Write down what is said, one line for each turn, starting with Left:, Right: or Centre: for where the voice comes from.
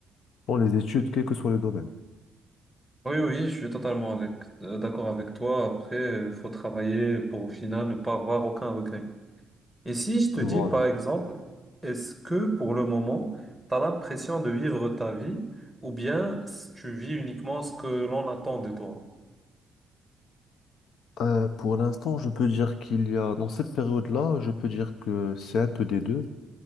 Left: dans les études, quel que soit le domaine.
Centre: oui, oui, je suis totalement avec, euh, d'accord avec toi. Après, euh, faut travailler pour au final ne pas avoir aucun regret. Et si je te
Left: Voilà.
Centre: dis, par exemple, est-ce que pour le moment, tu as l'impression de vivre ta vie ou bien s- tu vis uniquement ce que l'on attend de toi?
Left: Euh, pour l'instant, je peux dire qu'il y a, dans cette période-là, je peux dire que c'est un peu des deux.